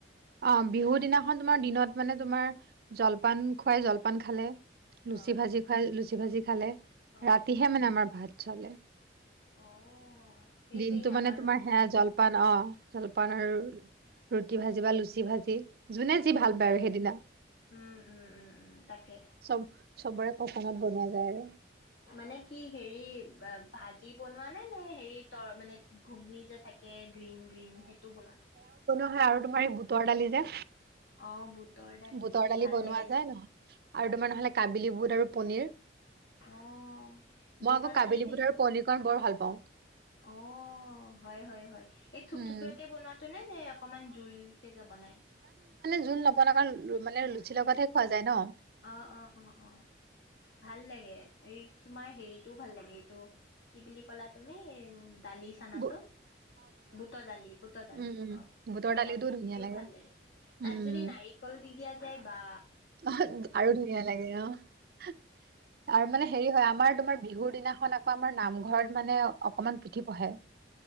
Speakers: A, on the right; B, on the left.
A: অ বিহু দিনাখন তোমাৰ দিনত মানে তোমাৰ জলপান খুৱাই জলপান খালে
B: অ',
A: লুচি ভাজি খুৱাই লুচি লুচি ভাজি খালে
B: অ',
A: ৰাতিহে মানে আমাৰ ভাত চালে
B: অ', সেই
A: দিনটো
B: সেই আমাৰো
A: মানে তোমাৰ
B: তেনেকুৱা
A: সেয়া জলপান অ জলপান আৰু ৰুটি ভাজি বা লুচি ভাজি যোনে যি ভাল
B: উম।
A: পায় আৰু সেইদিনা
B: উম, উম, উম, উম, তাকে।
A: চব চবৰে পচন্দত বনাই যায়
B: মানে কি হেৰি ভাজি বনোৱা নে নে হেৰি ত মানে ঘুগনিী যে থাকে গ্ৰীণ গ্ৰীণ সেইটো বনা
A: নহয় আৰু তোমাৰ সেই বুটৰ দালি যে
B: অ বুত বুটৰ ডালি
A: বুটৰ দালি
B: ভাল
A: বনোৱা
B: লাগে
A: যায়
B: ন
A: নহ আৰু তোমাৰ হ'লে কাবিলি বুট আৰু পনীৰ
B: অ', বুটৰ
A: মই আকৌ
B: দালি
A: কাবিলী
B: দি
A: বুট আৰু পনিৰকণ বৰ ভাল প পাওঁ
B: অ হয় হয় হয় এই থোপথুপিয়াকে
A: উম
B: বনোৱাতোয়ে নে নে অকমান জোল কে যে বনাই
A: জুল <unintelligible> মানে
B: উম,
A: লুচিৰ লগতহে। খোৱা যায় ন?
B: অ, অ, অ, অ, ভাল লাগে। এই তোমাৰ হেৰিটোও ভাল লাগে, এইটো কি বুলি ক'লা তুমি? এই দালি চানাটো!
A: বু
B: বুটৰ দালি, বুটৰ দালিটো
A: উম উম
B: অ', বুটৰ
A: দালিটো
B: দালি
A: ধুনীয়া
B: দিওঁ ভাল লাগে। তাত
A: উম
B: যদি নাৰিকল দি দিয়া যায়, বা!
A: আৰু ধুনীয়া লাগে, অহ। আৰু মানে হেৰি হয়, আমাৰ তোমাৰ বিহুৰ দিনাখন আকৌ আমাৰ নামঘৰত মানে অকনমান পুথি পঢ়ে।